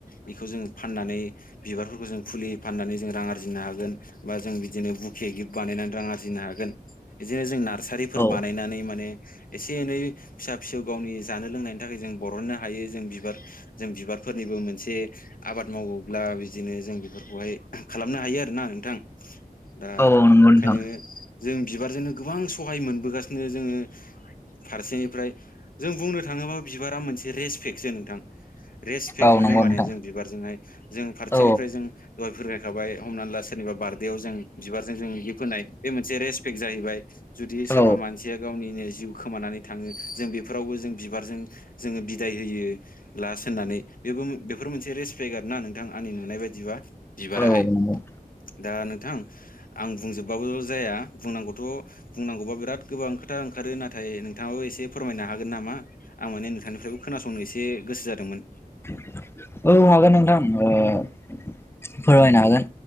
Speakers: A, on the left; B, on the left.
A: बेखौ जों फाननानै बिबारफोरखौ जों फुलि फाननानै जों रां आरजिनो हागोन बा जों बिदिनो बुखे गिफ्ट बानायनानै रां आरजिनो हागोन बिदिनो जों नार्सारिफोर
B: औ
A: बानायनानै माने एसे एनै फिसा फिसौ गावनि जानो लोंनायनि थाखाय जों बर'ननो हायो जों बिबार जों बिबार फोरनिबो मोनसे आबाद मावोब्ला बिदिनो जों बेफोरखौहाय खालामनो हायो आरो ना नोंथां। दा
B: औ नंगौ नोंथां
A: ओंखायनो जों बिबारजोंनो गोबां सहाय मोनबोगासिनो जोङो फारसेनिफ्राय जों बुंनो थाङोबा बिबारा मोनसे रेसपेक्टसो नोंथां। रेसपेक्ट
B: औ
A: मोनो
B: नंगौ
A: माने
B: नोंथां
A: जों बिबारजोंहाय जों फारसेनिफ्राय
B: औ
A: जों दहाय फोरमायखाबाय हमनानै ला सोरनिबा बार्डेआव जों बिबारजों जों गिफ्ट होनाय बे मोनसे रेसपेक्ट जाहैबाय। जुदि सोरबा
B: औ
A: मानसिया गावनिनो जिउ खोमानानै थाङो जों बेफोरावबो जों बिबारजों जोङो बिदाय होयो। लास होननानै बेबो बेफोर मोनसे रेसपेक्ट ना नोंथां आंनि नुनाय बायदिबा। बिबाराहाय
B: औ नंगौ
A: दा नोंथां आं बुंजोबबाबो जाया बुंनांगौथ' बुंनांगौबा बिराद गोबां खोथा ओंखारो नाथाय नोंथाङाबो एसे फोरमायनो हागोन नामा आं माने नोंथांनिफ्रायबो खोनासंनो एसे गोसो जादों मोन
B: <inaudible> औ हागोन नोंथां ओ फोरमायनो हागोन